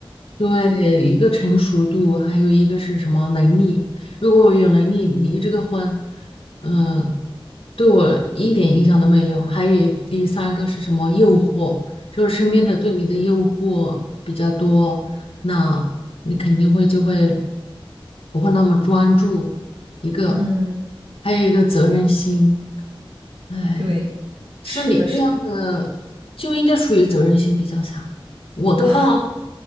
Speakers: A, on the left; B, on the right.
A: 对，一个成熟度，还有一个是什么能力。如果我有能力离这个婚，嗯，对我一点影响都没有。还有第三个是什么诱惑，就是身边的对你的诱惑比较多，
B: 嗯
A: 那你肯定会就会不会那么专注。一个，
B: 嗯，
A: 还有一个责任心。哎，
B: 对，是的，
A: 像你这样的就应该属于责任心比较强。
B: 是的，
A: 我的话。
B: 啊，